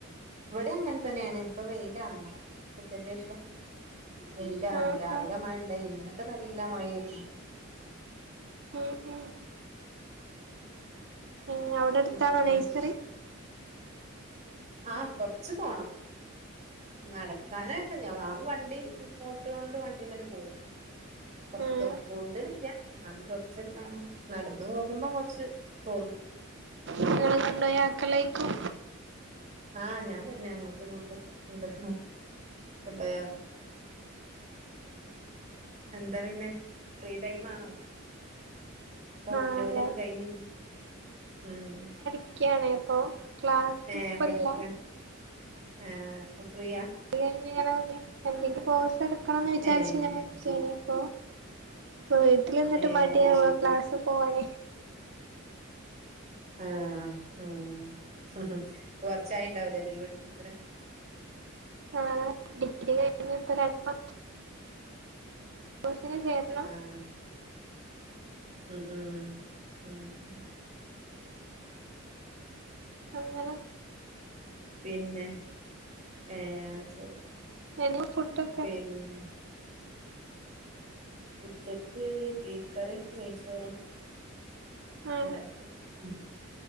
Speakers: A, on the right (about 35°); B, on the right (about 60°).
A: ഇവടിം അങ്ങൻ തന്നേണ് ഇപ്പൊ വെയിലാണ് ഉച്ചൻ്റേഷം വെയിലാണ്
B: ആഹ്
A: രാവിലെ
B: ആഹ്
A: മയണ്ടായീനി ഇന്നലൊകെ നല്ല മയേനി
B: ഉം ഉം പിന്നവടെ
A: പിന്നെ
B: എട്ത്താണോ നെയ്സറി
A: ആഹ് കൊർച്ച് പോണം നടക്കാനക്കെ ഞാൻ വാ വണ്ടി പോ ഓട്ടോണ്ട് വണ്ടി വരെ പോകും കുറച്ച്
B: ഉം
A: കൂടുതലില്ല എന്നാലും കൊറച്ച് എന്താണ് നടന്നു പോകുമ്പോ കുറച്ച് തോന്നും
B: നിങ്ങള് കൊണ്ടയാ
A: ഉം
B: ആക്കലായിക്കും
A: ആഹ് ഞാൻ തന്നെ അങ്ങോട്ടും ഇങ്ങോട്ടൊക്കെ എ കൊണ്ടോയ്യാക്കും
B: ഉം ഉം
A: എന്താ പിന്നെ ഫ്രീ ടൈം ആണോ ഇപ്പം
B: ആഹ്
A: ജോലിയൊക്കെ കഴിഞ്ഞു ഉം
B: യ്ക്കാണെ അപ്പൊ ക്ലാസ്
A: ഏഹ്
B: ഇപ്പല്ല
A: പഠിക്ക ആഹ് അപ്പൊ ഫ്രീയാ
B: കഴിഞ്ഞ എന്തെങ്കില <unintelligible> പോസ് എടുക്കണം എന്ന് വിചാരിച്ചു
A: ഏഹ്
B: ഇങ്ങനെ നിൽക്കുണ്
A: ശരി
B: അപ്പോ ഇപ്പ വീട്ടിൽ നിന്നിട്ട്
A: ഏഹ്
B: മടിയാവ
A: അത് ശരി
B: ക്ലാസിൽ പോവാനേ
A: ആഹ് ഉം കുറച്ചായി ണ്ടാവലേ ലീവ് എടുത്തിക്കണ
B: ആഹ് ഡിഗ്രി കഴി ഇപ്പ രണ്ടസ കോഴ്സിന് ചേരണം <unintelligible>
A: ആഹ് ഉം ഉം ഉം
B: അങ്ങനെ
A: പിന്നെ ഏഹ് അത് ശരി
B: എങ്ങ ഫുഡൊക്കെ
A: പിന്നെ ഉച്ചക്ക് ബീഫ് കറിയും നെയ്യ്ച്ചോറും
B: ആഹ്
A: ഉണ്ടാക്കി ഉം